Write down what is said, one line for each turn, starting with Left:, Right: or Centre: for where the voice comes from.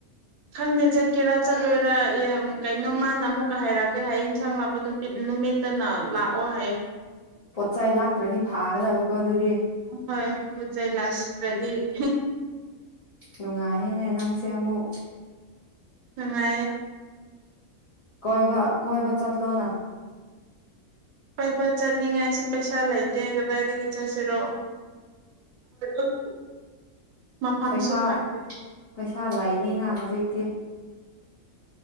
Right: ꯈꯪꯗꯦ ꯆꯠꯀꯦꯔꯥ ꯆꯠꯂꯣꯏꯔꯥ ꯌꯥꯝ ꯀꯩꯅꯣ ꯃꯥꯅ ꯑꯃꯨꯛꯀ ꯍꯥꯏꯔꯛꯀꯦ ꯍꯥꯏꯌꯦ ꯌꯦꯟꯁꯥꯡ ꯂꯥꯛꯄ ꯅꯨꯄꯤ ꯅꯨꯃꯤꯠꯇꯅ ꯂꯥꯛꯑꯣ ꯍꯥꯏꯌꯦ
Left: ꯄꯣꯠ ꯆꯩ ꯂꯥꯛꯇ꯭ꯔꯗꯤ ꯐꯥꯒꯗꯕꯀꯣ ꯑꯗꯨꯗꯤ
Right: ꯍꯣꯏ ꯍꯆ ꯂꯥꯁ ꯔꯗꯤ ꯍ
Left: ꯅꯨꯡꯉꯥꯏꯌꯦꯅꯦ ꯅꯪꯁꯦ ꯑꯃꯨꯛ
Right: ꯁꯉꯥꯏ
Left: ꯀꯣꯏꯕ ꯀꯣꯏꯕ ꯆꯠꯂꯅꯥ
Right: ꯄꯥꯏꯕ ꯆꯠꯅꯤꯡꯉꯥꯏꯁꯨ ꯄꯩꯁꯥ ꯂꯩꯇꯦ ꯀꯗꯥꯏꯗꯒꯤ ꯆꯠꯁꯤꯔꯣ <unintelligible> ꯃꯐꯝꯁꯨ
Left: ꯄꯩꯁꯥ
Right: ꯈꯪꯗꯦ
Left: ꯄꯩꯁꯥ ꯂꯩꯅꯤꯅ ꯍꯧꯖꯤꯛꯇꯤ